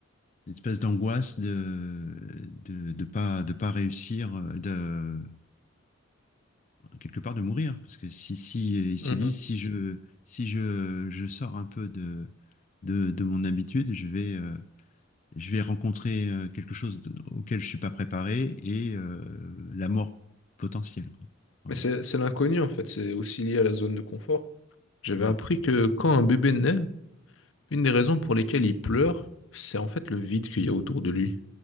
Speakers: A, on the left (about 40°); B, on the left (about 70°).
A: une espèce d'angoisse de de de pas de pas réussir, euh, de quelque part de mourir, parce que si si euh, il
B: mhm.
A: se dit si je si je je sors un peu de de, de mon habitude, je vais euh, je vais rencontrer euh, quelque chose de- auquel je suis pas préparé et euh, la mort potentielle, quoi. Alors,
B: Mais c'est c'est l'inconnu en fait, c'est aussi lié à la zone de confort. J'avais
A: ouais,
B: appris que quand un bébé naît, une des raisons pour lesquelles il pleure, c'est en fait le vide qu'il y a autour de lui.